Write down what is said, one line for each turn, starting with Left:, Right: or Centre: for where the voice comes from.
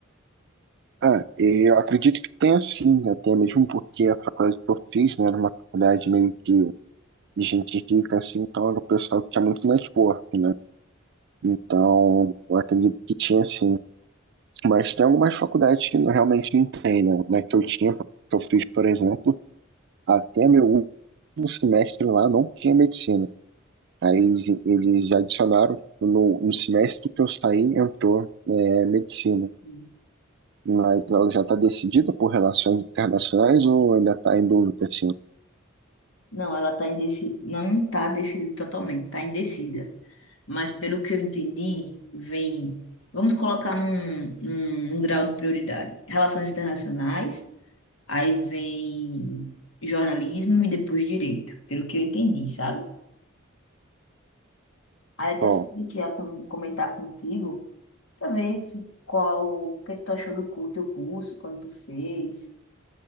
Right: Ah, e eu acredito que tenha sim, né? Tem mesmo porque a faculdade que eu fiz, né, era uma faculdade meio que de gente rica, assim, então era o pessoal que tinha muito network, né? Então, eu acredito que tinha sim. Mas tem algumas faculdades que não- realmente não tem, né? Na que eu tinha, que eu fiz, por exemplo, até meu último semestre lá não tinha medicina. Aí eles, eles adicionaram, no, no semestre que eu saí, entrou é, medicina.
Left: Hum.
Right: Mas ela já está decidida por relações internacionais ou ainda está em dúvida, assim?
Left: Não, ela tá indecisa. Não tá decidida totalmente, tá indecisa. Mas pelo que eu entendi, vem. Vamos colocar num, num, num grau de prioridade. Relações internacionais Aí vem jornalismo e depois direito, pelo que eu entendi, sabe? Aí até
Right: Bom,
Left: falei que ia com- comentar contigo pra ver se, qual, o que é que tu achou do cu- teu curso, quando tu fez,